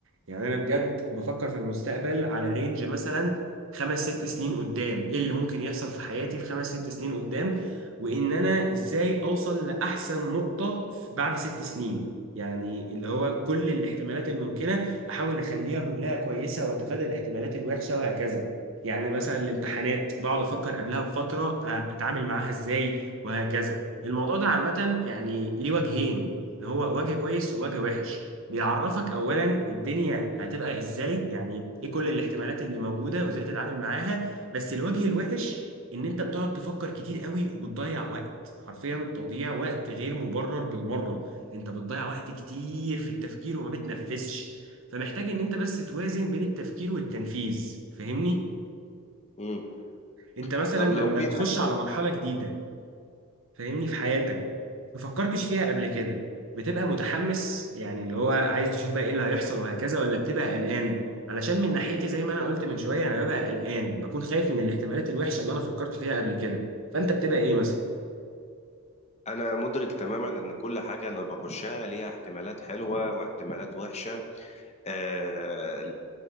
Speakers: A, on the right; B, on the left.
A: يعني أنا بجد بفكر في المستقبل على رينج مثلا خمس ست سنين قدام إيه اللي ممكن يحصل في حياتي في خمس ست سنين قدام وإن أنا إزاي أوصل لأحسن نقطة بعد ست سنين يعني اللي هو كل الاحتمالات الممكنة أحاول أخليها كلها كويسة وأتفادى الاحتمالات الوحشة وهكذا يعني مثلا الامتحانات بقعد أفكر قبلها بفترة آه، أتعامل معاها إزاي وهكذا الموضوع ده عامة يعني ليه وجهين إن هو وجه كويس ووجه وحش بيعرفك أولا الدنيا هتبقى إزاي يعني إيه كل الاحتمالات اللي موجودة وإزاي تتعامل معاها بس الوجه الوحش إن أنت بتقعد تفكر كتير قوي وبتضيع وقت حرفيا تضييع وقت غير مبرر بالمرة انت بتضيع وقت كتير في التفكير وما بتنفذش فمحتاج ان انت بس توازن بين التفكير والتنفيذ فاهمني
B: مم.
A: انت مثلا
B: طب
A: لما
B: لو في
A: بتخش
B: حاجة
A: على مرحلة جديدة فاهمني في حياتك ما فكرتش فيها قبل كده بتبقى متحمس يعني اللي هو عايز تشوف بقى ايه اللي هيحصل وهكذا ولا بتبقى قلقان علشان من ناحيتي زي ما انا قلت من شوية انا ببقى قلقان بكون خايف من الاحتمالات الوحشة اللي انا فكرت فيها قبل كده فانت بتبقى ايه مثلا
B: أنا مدرك تماما إن كل حاجة أنا بخشها ليها احتمالات حلوة واحتمالات وحشة آه،